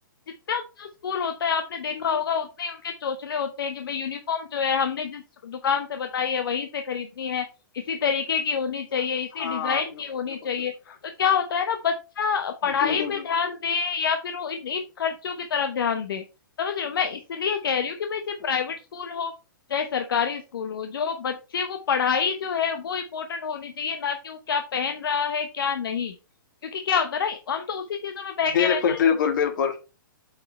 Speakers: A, on the left; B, on the left.
A: जितना बड़ा स्कूल होता है आपने देखा
B: हम्म,
A: होगा उतने ही उनके चोचले होते हैं कि भाई यूनिफॉर्म जो है हमने जिस दुकान से बताई है वहीं से खरीदनी है। इसी तरीके की होनी चाहिए,
B: हाँ
A: इसी
B: हाँ,
A: डिजाइन की
B: बिल्कुल
A: होनी
B: बिल्कुल
A: चाहिए।
B: बिल्कुल
A: तो क्या होता है ना बच्चा पढ़ाई
B: बिल्कुल
A: पे
B: बिल्कुल
A: ध्यान दे या फिर वो इन इन खर्चों की तरफ ध्यान दे। समझ रहे हो? मैं इसलिए कह रही हूँ कि भाई चाहे
B: देखो
A: प्राइवेट स्कूल हो, चाहे सरकारी स्कूल हो, जो बच्चे को पढ़ाई जो है वो इम्पोर्टेंट होनी चाहिए ना कि वो क्या पहन रहा है, क्या नहीं। क्योंकि क्या होता है ना हम तो उसी चीजों में बहके
B: बिल्कुल
A: रह जाएंगे।
B: बिल्कुल बिल्कुल